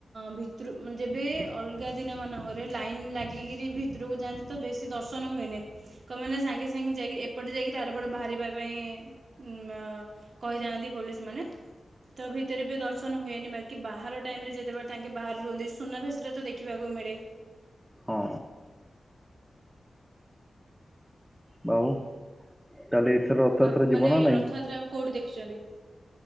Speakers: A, on the right; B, in the centre.
A: ଭିତରୁ ଯେବେ ଅଲଗା ଦିନ ମାନଙ୍କରେ ଲାଇନ ଲାଗିକିରି ଭିତରକୁ ଯାଆନ୍ତି। ତ ବେଶୀ ଦର୍ଶନ ହୁଏନି ତମେନ୍ ସାଙ୍ଗେ ସାଙ୍ଗେ ଯାଇକି ଏପଟେ ଯାଇକରି ଆର ଏପଟେ ବାହାରିବା ପାଇଁ ଉଁଲ କହିଥାନ୍ତି। ପୋଲିସ୍ ମାନେ ତ ଭିତରେ ବି ଦର୍ଶନ ହୁଏନି। ବାକି ବାହାର ଟାଇମ୍ ରେ ଯେତେବେଳେ ତାଙ୍କେ ବାହାରୁ ସୁନାବେଶ ଟା ତ ଦେଖିବାକୁ ମିଳେ।
B: ହଁ ବାଉ ତାହେଲେ ଏଥର ରଥଯାତ୍ରା
A: ଆଉ
B: ଯିବ
A: ମାନେ
B: ନା ନାଇଁ?
A: ରଥଯାତ୍ରା କୋଉଠି ଦେଖିଛନ୍ତି।